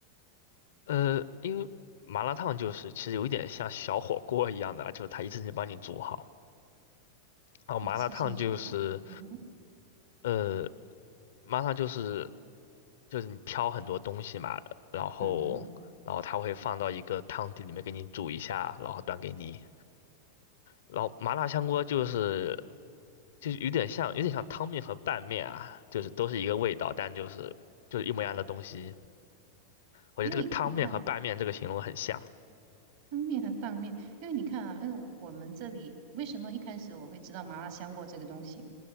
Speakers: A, on the left; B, on the right.
A: 呃，因为麻辣烫就是其实有一点像小火锅一样的啦，就是它一次性帮你煮好。然后麻辣烫就是
B: 一次性说哈，嗯哼，
A: 呃，麻辣烫就是就是你挑很多东西嘛，然后然后它会放到一个汤底里面给你煮一下，
B: 嗯哼，
A: 然后端给你。然后麻辣香锅就是就是有点像有点像汤面和拌面啊，就是都是一个味道，但就是就是一模一样的东西。我觉得这个汤面和拌面这个形容很像。
B: 因为你看。汤面和当面，因为你看啊，因为我我们这里为什么一开始我会知道麻辣香锅这个东西？